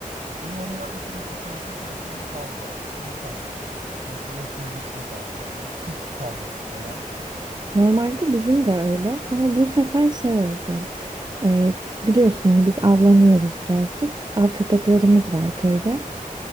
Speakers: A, on the right (about 50°); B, on the right (about 30°).
A: Benim anılarım sürekli köyde sürekli bir kavga, sınır kavgası, yok bir ekme biçme kavgası, süt kavgası falan.
B: Normalde bizim de öyle ama bu sefer şey oldu. Ee, biliyorsun hani biz avlanıyoruz birazcık. Av köpeklerimiz var köyde.